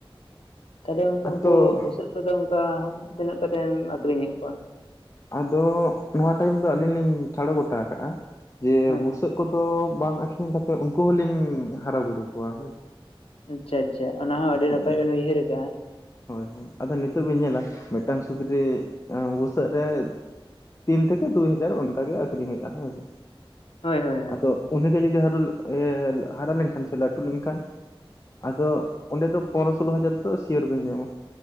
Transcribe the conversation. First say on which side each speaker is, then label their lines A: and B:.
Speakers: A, on the left; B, on the left.
A: ᱛᱟᱦᱚᱞᱮ ᱜᱚᱝᱠᱮ
B: ᱟᱫᱚ
A: ᱩᱱᱠᱩ ᱵᱩᱥᱟᱹᱜ ᱠᱚᱫᱚ ᱚᱱᱠᱟ ᱛᱤᱱᱟᱹᱜ ᱠᱟᱛᱮᱢ ᱟᱠᱷᱨᱤᱧᱮᱜ ᱠᱚᱣᱟ
B: ᱟᱫᱚ ᱱᱚᱣᱟ ᱴᱟᱭᱤᱢ ᱫᱚ ᱟᱞᱤᱧ ᱞᱤᱧ ᱴᱷᱟᱲᱚ ᱜᱚᱴᱟ ᱠᱟᱜᱼᱟ ᱡᱮ
A: ᱦᱳᱭ
B: ᱵᱩᱥᱟᱹᱜ
A: ᱦᱳᱭ
B: ᱠᱚ ᱫᱚ ᱵᱟᱝ ᱟᱠᱷᱨᱤᱧ ᱠᱟᱛᱮᱜ ᱩᱱᱠᱩ ᱦᱚᱸᱞᱤᱧ ᱦᱟᱨᱟ ᱵᱩᱨᱩ ᱠᱚᱣᱟ ᱦᱳᱭ
A: ᱟᱪᱪᱷᱟ ᱟᱪᱪᱷᱟ ᱚᱱᱟ ᱦᱚᱸ ᱟᱹᱰᱤ
B: ᱦᱳᱭ
A: ᱱᱟᱯᱟᱭ ᱵᱮᱱ ᱩᱭᱦᱟᱹᱨ ᱠᱟᱜᱼᱟ
B: ᱦᱳᱭ ᱦᱳᱭ ᱟᱫᱚ ᱱᱤᱛᱚᱜ ᱵᱤᱱ ᱧᱮᱞᱟ ᱢᱤᱫᱴᱟᱝ ᱥᱩᱠᱨᱤ ᱵᱩᱥᱟᱹᱜ ᱨᱮ ᱛᱤᱱ ᱛᱷᱮᱠᱮ ᱫᱩᱭ ᱦᱟᱡᱟᱨ ᱚᱱᱠᱟᱜᱮ ᱟᱠᱷᱨᱤᱧ ᱦᱩᱭᱩᱜᱼᱟ ᱦᱮᱸᱥᱮ
A: ᱦᱳᱭ ᱦᱳᱭ ᱦᱳᱭ
B: ᱟᱫᱚ ᱩᱱᱤᱜᱮ ᱡᱩᱫᱤ ᱦᱟᱹᱨᱩ ᱦᱟᱨᱟ ᱞᱮᱱᱠᱷᱟᱱ ᱥᱮ ᱞᱟᱹᱴᱩ ᱞᱮᱱᱠᱷᱟᱱ ᱟᱫᱚ ᱚᱸᱰᱮ ᱫᱚ ᱯᱚᱱᱨᱚ ᱥᱳᱞᱳ ᱦᱟᱡᱟᱨ ᱫᱚ ᱥᱤᱭᱚᱨ ᱵᱮᱱ ᱧᱟᱢᱟ